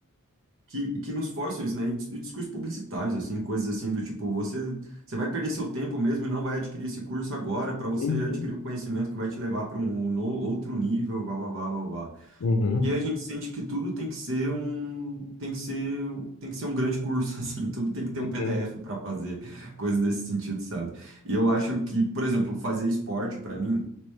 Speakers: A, on the right; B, on the left.
A: que, que nos forçam isso, né? E dis- e discursos publicitários, assim, coisas assim do tipo, você, você vai perder seu tempo mesmo e não vai adquirir esse curso agora para você
B: uhum,
A: adquirir o conhecimento que vai te levar para um no, outro nível, blá, blá, blá, blá, blá.
B: uhum,
A: E aí a gente sente que tudo tem que ser um, tem que ser, tem que ser um grande curso, <laughs> assim, tudo tem que ter
B: uhum,
A: um PDF para fazer, coisas desse sentido, sabe? E eu acho que, por exemplo, fazer esporte para mim